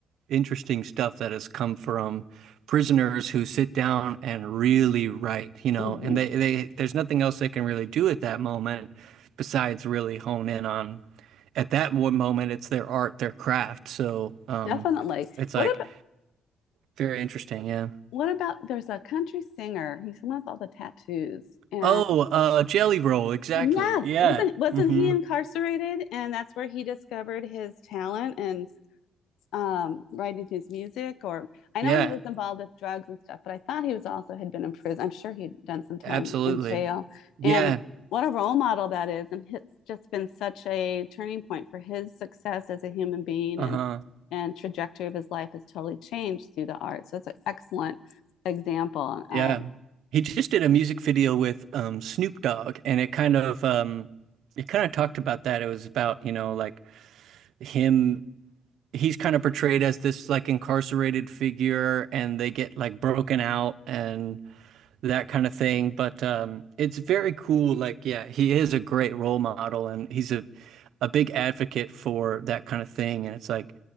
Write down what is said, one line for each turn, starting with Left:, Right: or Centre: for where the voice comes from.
Right: interesting stuff that has come from prisoners who sit down and really write, you know,
Left: Mhm.
Right: and they, they there's nothing else they can really do at that moment besides really hone in on at that mo- moment it's their art, their craft. So um
Left: Definitely.
Right: it's
Left: What
Right: like
Left: about
Right: very interesting, yeah.
Left: What about there's a country singer? He's the one with all the tattoos. And
Right: Oh, uh Jelly Roll, exactly.
Left: yes,
Right: Yeah.
Left: wasn't wasn't
Right: hmm
Left: he incarcerated? And that's where he discovered his talent and um, writing his music. Or I
Right: Yeah,
Left: know he was involved with drugs and stuff, but I thought he was also had been in prison. I'm sure he'd done some time
Right: absolutely.
Left: in jail.
Right: Yeah.
Left: And what a role model that is, and it's just been such a turning point for his success as a human being
Right: Uh-huh.
Left: and and trajectory of his life has totally changed through the arts. So it's an excellent example. Um,
Right: Yeah. He just did a music video with um Snoop Dogg and it kind of um it kind of talked about that. It was about, you know, like him he's kind of portrayed as this like incarcerated figure and they get like broken out and that kind of thing. But um it's very cool. Like, yeah, he is a great role model and he's a a big advocate for that kind of thing. And it's like